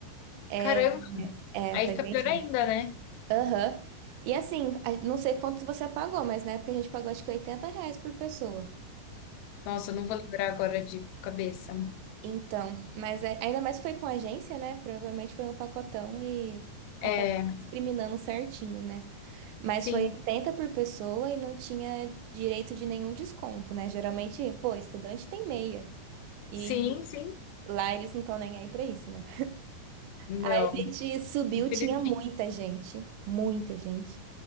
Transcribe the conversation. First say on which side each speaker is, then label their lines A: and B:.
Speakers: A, on the right; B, on the left.
A: É,
B: caramba.
A: é,
B: Aí
A: foi
B: fica
A: bem
B: pior
A: chato.
B: ainda, né?
A: Aham. E assim, a- não sei quanto você pagou, mas na época a gente pagou acho que 80 reais por pessoa.
B: Nossa, eu não vou lembrar agora de cabeça.
A: Então, mas a- ainda mais foi com a agência, né? Provavelmente foi um pacotão e acabou
B: É,
A: discriminando certinho, né? Mas
B: sim,
A: foi 80 por pessoa e não tinha direito de nenhum desconto, né? Geralmente, pô, estudante tem meia. E
B: sim, sim.
A: lá eles não estão nem aí pra isso, né?
B: Não,
A: Aí a gente subiu,
B: infelizmente
A: tinha muita gente,
B: não.
A: muita gente.